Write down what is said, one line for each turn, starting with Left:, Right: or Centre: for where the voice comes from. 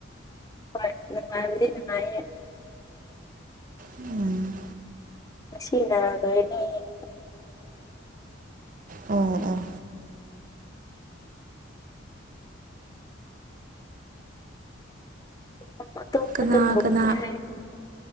Left: ꯍꯣꯏ ꯅꯨꯡꯉꯥꯏꯕꯗꯤ ꯅꯨꯡꯉꯥꯏꯌꯦ
Right: ꯎꯝ
Left: ꯃꯁꯤꯅ ꯂꯣꯏꯔꯅꯤ
Right: ꯎꯝ ꯎꯝ
Left: <unintelligible>
Right: ꯀꯅꯥ
Left: ꯇꯧꯒꯦ
Right: ꯀꯅꯥ
Left: ꯍꯥꯏꯅ